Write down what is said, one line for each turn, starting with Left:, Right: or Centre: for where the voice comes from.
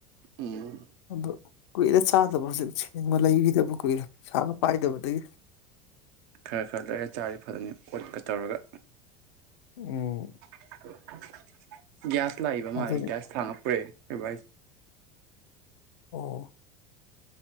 Right: ꯎꯝ
Left: ꯑꯗꯣ ꯀꯨꯏꯔꯦ ꯆꯥ ꯆꯥꯗꯕ ꯍꯧꯖꯤꯛ ꯁꯦꯝꯒ ꯂꯩꯈꯤꯗꯕ ꯀꯨꯏꯔꯦ ꯄꯩꯁꯥꯒ ꯄꯥꯏꯗꯕꯗꯒꯤ
Right: ꯈꯔ ꯈꯔ ꯂꯩꯔ ꯆꯥꯔ ꯐꯗꯣꯏꯅꯦ ꯑꯣꯠꯀ ꯇꯧꯔꯒ
Left: ꯎꯝ
Right: <inaudible> ꯒ꯭ꯌꯥꯁ ꯂꯥꯛꯏꯕ ꯃꯥꯥꯜꯂꯦ
Left: ꯑꯗꯨꯅꯤ
Right: ꯒ꯭ꯌꯥꯁ ꯊꯥꯡꯉ ꯄꯨꯔꯛꯑꯦ <unintelligible>
Left: ꯑꯣꯍꯣ